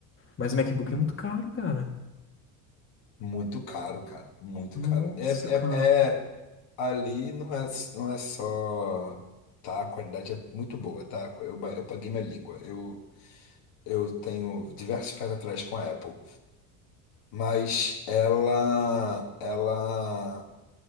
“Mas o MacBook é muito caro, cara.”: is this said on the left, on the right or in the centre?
Left